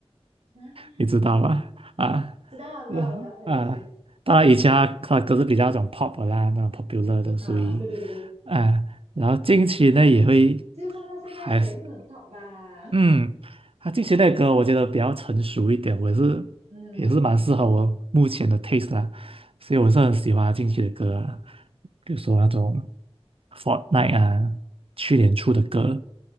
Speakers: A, on the right; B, on the right.
A: 啊，
B: 你知道吧？啊，
A: 知道了，知道，
B: 呃啊，
A: 我知道 Taylor Swift
B: 当然以前他他的歌是比较那种 pop 的啦，那种 popular 的，
A: 啊，
B: 所以
A: 对对对对，
B: 啊，然后近期呢也会
A: 就算到现在他也是很
B: 还是。
A: top 吧，
B: 嗯，他近期的歌我觉得比较成熟一点，我也是也是蛮适合我目前的
A: 嗯，
B: taste 啦，所以我是很喜欢他近期的歌啊，比如说那种 Fortnite 啊，去年出的歌，